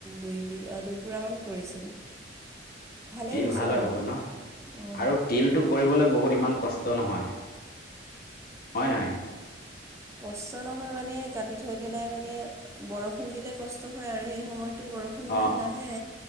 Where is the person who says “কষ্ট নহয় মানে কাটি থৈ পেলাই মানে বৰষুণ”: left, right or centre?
Right